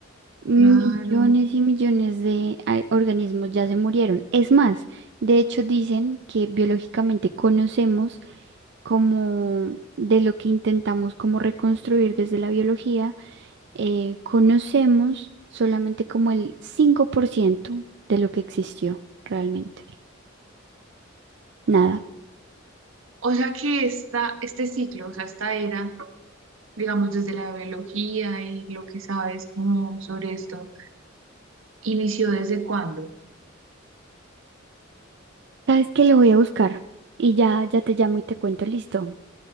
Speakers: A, on the right; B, on the right.
A: Millones
B: Claro.
A: y millones de a- organismos ya se murieron. Es más, de hecho dicen que biológicamente conocemos como de lo que intentamos como reconstruir desde la biología, eh, conocemos solamente como el 5% de lo que existió realmente. Nada.
B: O sea que esta, este ciclo, o sea, esta era, digamos, desde la biología y lo que sabes como sobre esto, ¿inició desde cuándo?
A: ¿Sabes que Lo voy a buscar y ya, ya te llamo y te cuento. Listo.